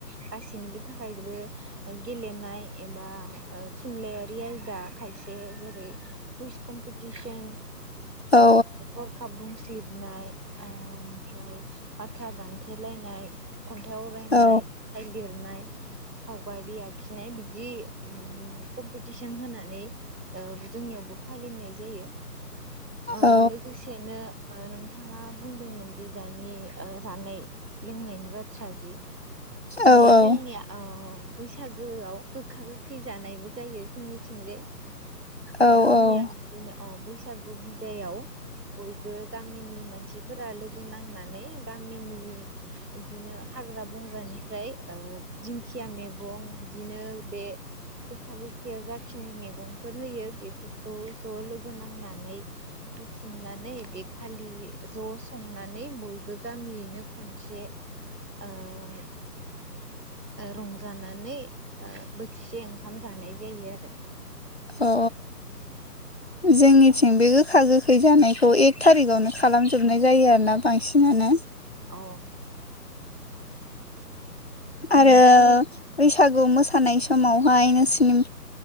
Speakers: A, on the right; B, on the left.
A: गासिनिबो थाखायबो गेलेनाय एबा थुनलाइारि आरो दा खायसे जेरै कुइस कमपिटिसन
B: औ
A: हरखाब बुंसलिबनाय ओमफ्राय बाथ्रा दानथेलायनाय खन्थाइ आवरायनाय
B: औ
A: खन्थाइ लिरनाय सावबायारि आखिनाय बिदि उम कमपिटिसन होनानै औ जोंनियावबो फालिनाय जायो ओ
B: औ
A: लोगोसेनो ओ नोंथाङा बुंदोंमोन दि दानि ओ जानाय लोंनायनि बाथ्रा जि
B: औ
A: बेहाय जोंनिया अ बैसागोआव गोखा गोखै जानायबो जायो जोंनिथिंजाय
B: औ
A: जोंनिया
B: औ
A: बिदिनो औ बैसागु दायाव बयबो गामिनि मानसिफोरा लोगो नांनानै गामिनि बिदिनो हाग्रा बंग्रानिफ्राय दिंखिया मैगं बिदिनो बे गोखा गोखैयाव जाखिनि मैगंफोर होयो बेफोरखौ ज' लोगो नांनानै बुथुमनानै बे खालि ज' संनानै बयबो गामियैनो खनसे ओ रंजानानै बोथिसे ओंखाम जानाय जायो आरो
B: अ जोंनिथिं बे गोखा गोखा खैजानायखौ एक थारिकावनो खालामजोबनाय जायो आरोोना बांसिनानो
A: अ
B: आरो
A: उम जोंनि
B: बैसागु मोसानाय समावहाय नोंसिनि